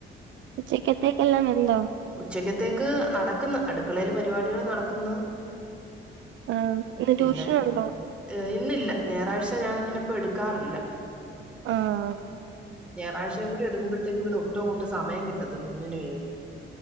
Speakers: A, on the right; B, in the centre.
A: ഉച്ചക്കത്തേക്കെല്ലാം വെന്തോ
B: ഉച്ചക്കത്തേക്ക് നടക്കുന്ന് അട് ക്കളെൽ പരിപാടികൾ നടക്കുന്ന്
A: ആഹ് ഇന്ന്
B: പിന്നെ
A: ട്യൂഷനുണ്ടോ
B: ഏ ഇന്നില്ല ഞായറാഴ്ച ഞൻ ങ്ങനെ ഇപ്പോ എടുക്കാറില്ല
A: ആഹ
B: ഞായറാഴ്ചയും കൂടി എടുക്കുമ്പോഴത്തേക്ക് പിന്നെ ഒട്ടും ഇങ്ങോട്ട് സമയം കിട്ടത്തില്ല ഒന്നിനുവേ